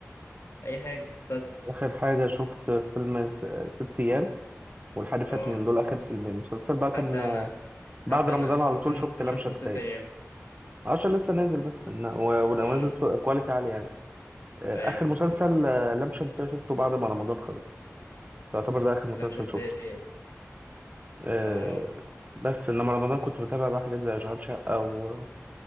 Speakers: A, on the left; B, on the right.
A: اي حاجه مسلسل
B: اخر حاجه شفت فيلم س- ست ايام والحريفه
A: اه
B: اتنين دول اخر فيلمين مسلسل بقى كان
A: حتى انا
B: آه،
A: حتى
B: بعد رمضان
A: انا اخر
B: على
A: فيلم
B: طول شفت لام
A: شفته
B: شمسية
A: ست ايام
B: عشان لسه نازل بس إن- و- ونازل
A: اه
B: سو- كواليتي عالي يعني آه،
A: ايوه
B: اخر مسلسل
A: مظبوط
B: آه، لام شمسية شفته بعد ما رمضان خلص يعتبر ده اخر مسلسل
A: لام شمسية
B: شفته آه،
A: اه
B: بس انما رمضان كنت بتابع بقى حاجات زي اشغال شقه